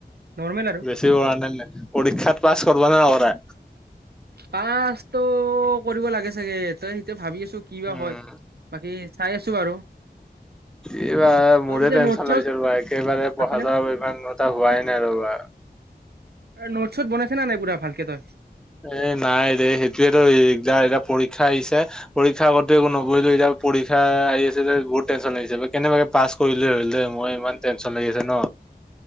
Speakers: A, on the right; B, in the centre.
A: নৰ্মেল আৰু।
B: বেছি পঢ়া নাই নে? পৰীক্ষাত পাছ কৰা না নকৰা?
A: পাছটো কৰিব লাগে চাগে, তই? এতিয়া ভাবি আছো কি বা
B: উম
A: হয় বাকী চাই আছো বাৰু
B: এইবাৰ
A: তোৰ
B: মোৰে
A: পিছে
B: টেনচন
A: নোট চোট
B: লাগিছে ৰ'বা একেবাৰে পঢ়া
A: আছে নে
B: চৰা ইমান এটা হোৱাই নাই ৰ'বা।
A: নোট ছোট বনাইছ না নাই পুৰা ভালকে তই?
B: এ নাই দে সেইটোয়ে তো দিগদাৰ এতিয়া পৰীক্ষা আহিছে। পৰীক্ষা আগতো একো নপঢ়িলো এতিয়া পৰীক্ষা আহি আছে যে বহুত টেনচন লাগিছে বা কেনেবাকে পাছ কৰিলো হ'ল দে মই ইমান টেনশ্যন লাগি আছে ন।